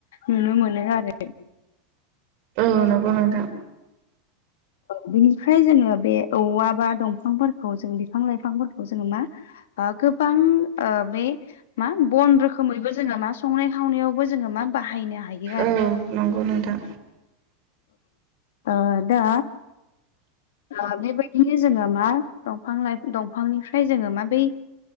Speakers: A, on the left; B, on the right.
A: नुनो मोनो आरो।
B: औ नंगौ नोंथां।
A: बिनिफ्राय जोङो बे औवा बा दंफांफोरखौ जों बिफां लाइफांफोरखौ जोङो मा ओ गोबां ओ बे मा बन रोखोमैबो जोङो मा संनाय खावनायावबो जोङो मा बाहायनो हायो आरो।
B: औ नंगौ नोंथां।
A: ओ दा ओ बेबायदिनो जोङो मा दंफां लाइ दंफांनिफ्राय जोङो मा बै